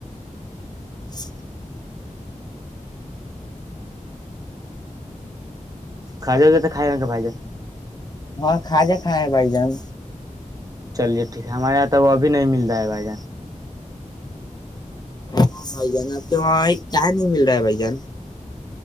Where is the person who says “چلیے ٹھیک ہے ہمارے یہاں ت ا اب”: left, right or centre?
Right